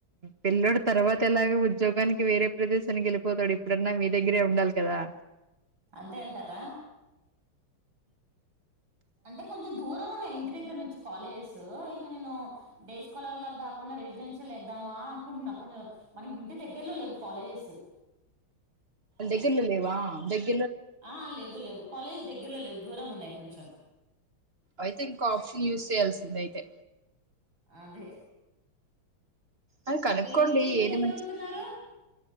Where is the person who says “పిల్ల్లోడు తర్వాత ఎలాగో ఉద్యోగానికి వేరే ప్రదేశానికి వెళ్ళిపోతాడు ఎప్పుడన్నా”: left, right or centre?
Right